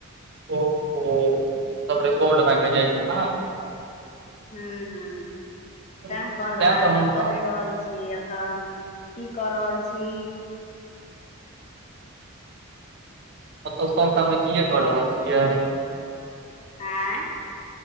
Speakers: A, on the right; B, on the left.
A: ओ हो तब रिकॉर्ड भऽ कऽ जाइ छै
B: हूं हूं तें
A: तैं
B: कहलौं हे
A: तऽ हम
B: कतए रहि रहल छी अखन की कऽ रहल छी
A: ओ तऽ सभटा मे अथिये कऽ रहल छियै
B: आँई